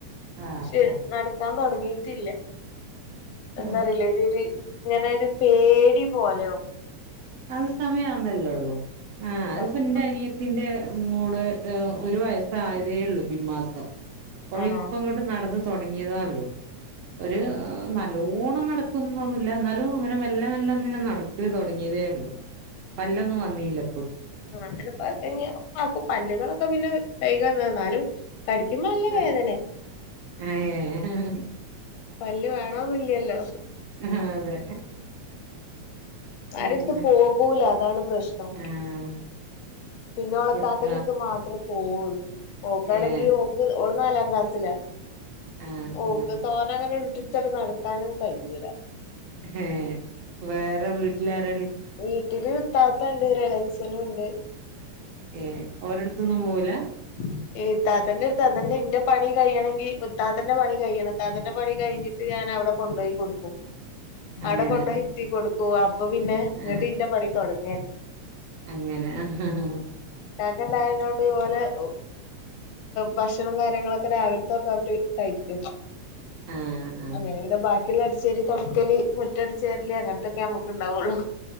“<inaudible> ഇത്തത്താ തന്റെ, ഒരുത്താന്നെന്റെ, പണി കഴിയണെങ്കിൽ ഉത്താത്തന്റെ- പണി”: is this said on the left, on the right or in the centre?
Left